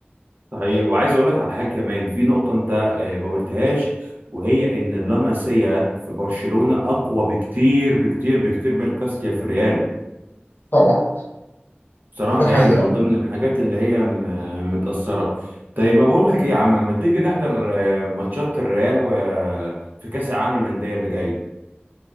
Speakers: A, on the right; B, on the left.
A: صحيح وعايز اقول لك على حاجه كمان في نقطه انت آه، ما قلتهاش وهي ان اللاماسيا في برشلونه اقوى بكتير بكتير بكتير من كاستيا في الريال
B: طبعا
A: بصراحه
B: دي حقيقه
A: يعني من ضمن الحاجات اللي هي م- متاثره طيب ما بقول لك ايه يا عم ما تيجي نحضر آه، ماتشات الريال و... في كاس العالم للانديه اللي جاي